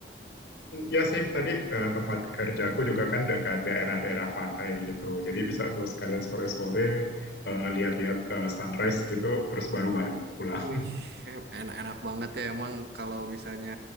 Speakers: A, on the left (about 60°); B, on the right (about 60°).
A: ya sih, tadi eh, tempat kerjaku juga kan dekat daerah-daerah pantai gitu. Jadi bisa tuh sekalian sore-sore eh, lihat-lihat eh, sunrise gitu, terus baru balik pulang.
B: Wih, em- enak-enak banget ya emang kalau misalnya